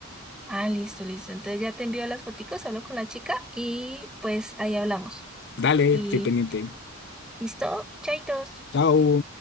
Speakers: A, in the centre; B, on the left.
A: Ah, listo, listo. Entonces ya te envío las foticos, hablo con la chica y pues ahí hablamos.
B: Dale,
A: Y
B: estoy pendiente.
A: listo, chaitos.
B: Chao.